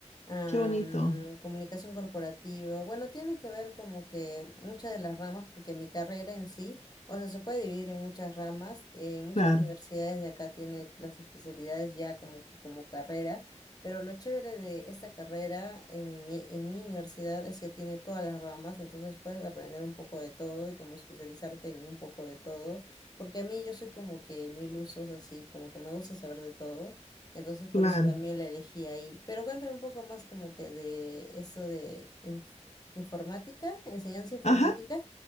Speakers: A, on the left; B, on the left.
A: am,
B: Qué bonito.
A: comunicación corporativa. Bueno, tiene que ver como que muchas de las ramas, porque mi carrera en sí, o sea, se puede dividir en muchas ramas. En muchas
B: Claro,
A: universidades de acá tiene las especialidades ya como que como carrera, pero lo chévere de esta carrera en mi, en mi universidad es que tiene todas las ramas, entonces puedes aprender un poco de todo y como especializarte en un poco de todo. Porque a mí yo soy como que mil usos así, como que me gusta saber de todo, entonces por
B: claro.
A: eso también la elegí ahí. Pero cuéntame un poco más como que de esto de inf- informática, enseñanza informática,
B: Ajá,